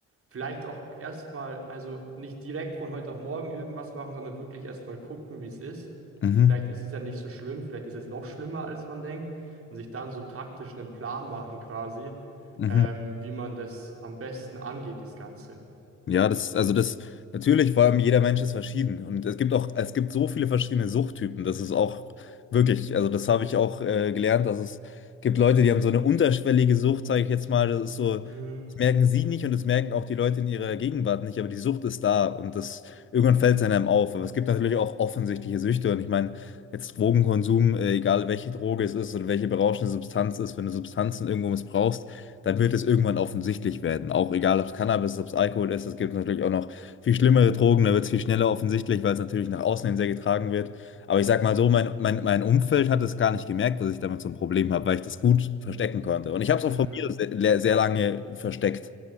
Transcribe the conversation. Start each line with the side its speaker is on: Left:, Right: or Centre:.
Right: Vielleicht auch erstmal, also nicht direkt von heute auf morgen irgendwas machen, sondern wirklich erstmal gucken, wie es ist.
Left: Mhm.
Right: Vielleicht ist es ja nicht so schlimm, vielleicht ist es noch schlimmer, als man denkt. Und sich dann so taktisch einen Plan machen quasi,
Left: Mhm.
Right: ähm, wie man das am besten angeht, das Ganze.
Left: Ja, das, also das, natürlich, vor allem jeder Mensch ist verschieden. Und es gibt auch, es gibt so viele verschiedene Suchttypen. Das ist auch wirklich, also das habe ich auch äh, gelernt, dass es gibt Leute, die haben so eine unterschwellige Sucht, sage ich jetzt mal. Das ist so,
Right: Mhm,
Left: das merken sie nicht und das merken auch die Leute in ihrer Gegenwart nicht, aber die Sucht ist da und das, irgendwann fällt es einem auf. Aber es gibt natürlich auch offensichtliche Süchte. Und ich meine, jetzt Drogenkonsum, äh, egal welche Droge es ist oder welche berauschende Substanz ist, wenn du Substanzen irgendwo missbrauchst, dann wird es irgendwann offensichtlich werden. Auch egal, ob es Cannabis ist, ob es Alkohol ist, es gibt natürlich auch noch viel schlimmere Drogen, da wird es viel schneller offensichtlich, weil es natürlich nach außen hin sehr getragen wird. Aber ich sag mal so, mein, mein, mein Umfeld hat es gar nicht gemerkt, dass ich damit so ein Problem habe, weil ich das gut verstecken konnte. Und ich habe es auch
Right: mhm,
Left: von mir sehr, sehr lange versteckt.